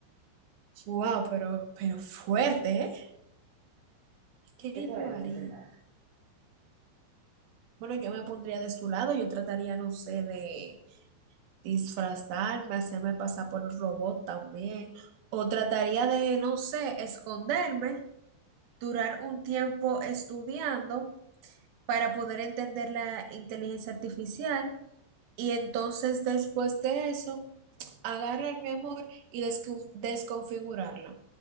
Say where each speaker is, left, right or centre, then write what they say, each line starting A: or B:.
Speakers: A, on the right; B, on the right.
A: Wow, pero, pero fuerte, ¿eh? ¿Qué
B: ¿Qué tú
A: yo
B: harías
A: haría?
B: en ese caso?
A: Bueno, yo me pondría de su lado, yo trataría, no sé, de disfrazarme, hacerme pasar por un robot también, o trataría de, no sé, esconderme, durar un tiempo estudiando para poder entender la inteligencia artificial y entonces después de eso, agarrar mi amor y descu- desconfigurarla,